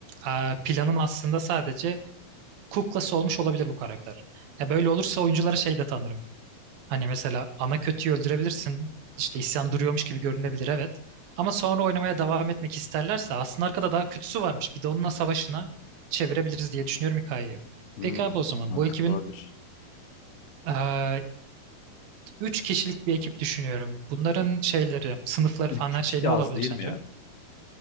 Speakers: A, on the right; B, on the left.
A: eee, planın aslında sadece kuklası olmuş olabilir bu karakter. E böyle olursa oyunculara şey de tanırım. Hani mesela ana kötüyü öldürebilirsin. İşte isyan duruyormuş gibi görünebilir evet. Ama sonra oynamaya devam etmek isterlerse aslında arkada daha kötüsü varmış. Bir de onunla savaşına çevirebiliriz diye düşünüyorum hikayeyi.
B: Hmm,
A: Peki abi o zaman
B: mantıklı
A: bu ekibin
B: olabilir.
A: eee, üç kişilik bir ekip düşünüyorum. Bunların şeyleri, sınıfları
B: Üç
A: falan her
B: kişi
A: şey ne
B: az
A: olabilir
B: Tamam. değil
A: sence?
B: mi ya?